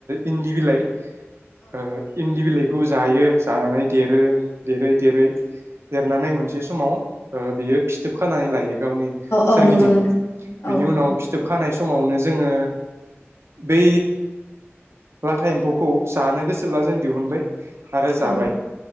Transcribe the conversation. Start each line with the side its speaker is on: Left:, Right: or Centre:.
Right: इन्दि बिलाइ ओ इन्दि बिलाइ खौ जायो जानानै देरो। देरै देरै देरनानै मोनसे समाव ओ बियो फिथोब खानानै लायो। गावनि
Left: औ
Right: सोरगिदिं।
Left: नंगौ नोंथां
Right: बिनि
Left: औ
Right: उनाव
Left: औ नंगौ नोंथां औ
Right: फिथोब खानाय समावनो जोङो बै लाथा एम्फौखौ जानो गोसोब्ला जों दिहुनबाय। आरो जाबाय।
Left: औ